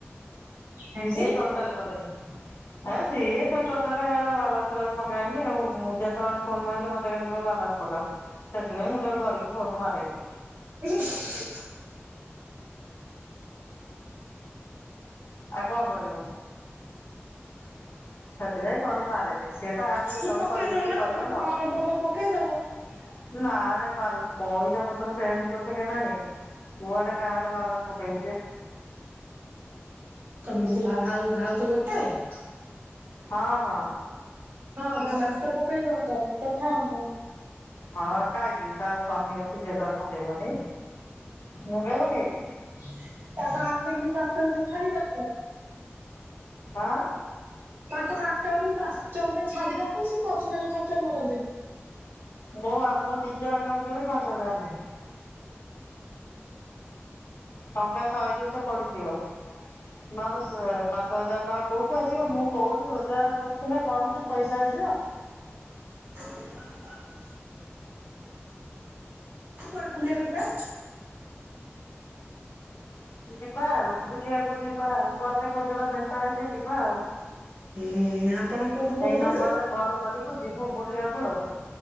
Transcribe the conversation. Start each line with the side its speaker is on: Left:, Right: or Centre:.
Right: କାହିଁକି?
Left: ସିଏ ଟୋଟାଲେ କରେନି। ଆ ସିଏ ତ ଟୋଟାଲି ବାଲାନ୍ସ ଫାଲାସ ପକାଏନି ଆଉ ଯେତେବେଳେ ଫୋନ୍ ମାରିଲେ ମତେ ସେ ଖାଲି କହିବ ବାଲାନ୍ସ ପକା। ସେଥି ପାଇଁ ମୁଁ ତାଙ୍କୁ ଡରିକି ଫୋନ୍ ମରେନି।
Right: <inaudible>
Left: ଆଉ କଣ କରିବ? <inaudible> ସେଥିଲାଗି ଫୋନ୍ ମାରେନି। ସିଏ ତା ଆଡୁ
Right: ଖାଲି
Left: ଯେତେବେଳେ
Right: ପକେଇ
Left: କରିବ
Right: ଦଉନ
Left: ଯଦି କରିବ
Right: ତମେ ତ
Left: ନ
Right: ପାନଭୋଗ
Left: ହେଲେ
Right: ପକେଇଦବ।
Left: ନାଇଁ। ନା ନାଇଁ ବା ପଇସା ପତ୍ର ସେମିତି ପଛକେ ନାହିଁ କୁଆଡେ କାହାର ବାଲାନ୍ସ ପକେଇବୁ ଯେ।
Right: ତମେ ଟିକେ ଭା ଆ ଭାଉଜ ଗୋଟାଏ
Left: ହଁ ହଁ।
Right: ହଁ ବାଲାନ୍ସ ତ ପକେଇ ଦିଅନ୍ତ କଥା ହୁଅନ୍ତ।
Left: ହଁ କାହିଁକି ତା ସ୍ଵାମୀ ଅଛି ସେ ତାର ପକେଇବନି। ମୁଁ କାଇଁ ପକେଇବି।
Right: <unintelligible>
Left: ଆ
Right: ତାଙ୍କ ଆକାଉଣ୍ଟରୁୁ ପାଞ୍ଚ ହଜାର ଛାଡିଦବୁ ସେ ପର୍ସନାଲି ଖର୍ଚ୍ଚ କରନ୍ତେ?
Left: ମୋ ମୋ ନିଜ ଆକାଉଣ୍ଟରେ ବି ପାଞ୍ଚ ହଜାର ନାହିଁ। ଟଙ୍କା ଶହେ ଦୁଇଶହ ପଡିଥିବ। ନହେଲେ ସେ ପାଞ୍ଚ ହଜାର ଟଙ୍କା କୋଉଠୁ ଆସିବ? ମୁଁ କୋଉଠି ରୋଜଗାର କରୁଚିନା କଣ ଯେ ପଇସା ଆସିବ?
Right: <inaudible> କୁଆଡେ ବୁଲିବାକୁ ଯିବା।
Left: ଯିବା ଆଉ ବୁଲିବାକୁ ଯିବା ଆଉ ଗଲେ କୋଉ ଦିନ ଭେଟ ହେଲେ ଯିବା ଆଉ।
Right: ହୁଁ ଆପଣ କୋଉଠୁ କହୁଛନ୍ତି
Left: ଏଇ ନମ୍ବରରେ କଲ କରିବୁ ଯିବୁ ବୁଲିବାକୁ ଆଉ।